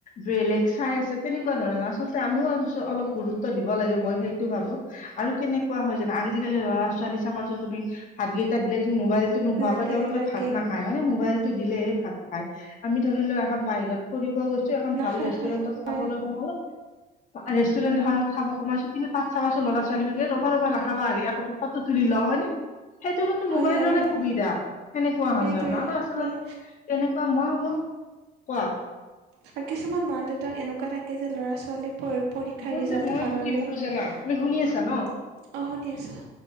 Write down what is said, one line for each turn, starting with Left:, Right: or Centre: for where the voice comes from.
Left: বেলেগ চাই আছে, তেনেকুৱা ধৰণৰ আচলতে আমিও অলপ গুৰুত্ব দিব লাগে, মই সেইটো ভাবো। আৰু কেনেকুৱা হয় জানা, আজিকালি ল'ৰা ছোৱালী চাবা যোন তুমি হাত কেইটা দিলে তুমি মোবাইল নোহোৱাকৈ
Right: লাগে
Left: তেওঁলোকে
Right: লাগে
Left: ভাত নাখায় হয় নে মোবাইলতো দিলেহে ভাত খায়, আমি ধৰি লোৱা এখন বাহিৰত ফুৰিব গৈছো, এখন
Right: নাখায়
Left: ভাল ৰেষ্টুৰেন্টত
Right: নাখায়
Left: খাবলৈ
Right: হয়
Left: সোমালো ৰেষ্টুৰেণ্ট এখন খাব খোমাইছো, কিন্তু তাত চাবছো লৰা ছোৱালী বিকে ৰবা ৰবা নাখাবা আকৌ ফটো তুলি লওঁ হয়নে। সেইটো কিন্তু
Right: হয়
Left: মোবাইলৰে
Right: হয় হয়
Left: সুবিধা, সেনেকুৱা
Right: সেইটোৱেই
Left: হ ধৰণৰ আচলতে
Right: হয়
Left: কেনেকুৱা মই হ'ব, কোৱা।
Right: আৰু কিছুমান মা দেউতাক এনেকুৱা থাকে যে ল'ৰা ছোৱালী প পৰীক্ষাৰ
Left: আচলতে
Right: ৰিজাল্ট
Left: মই
Right: ভাল হ'লেই,
Left: কি ভাবো জানা তুমি শুনি
Right: অ',
Left: আছা ন
Right: শুনি আছো।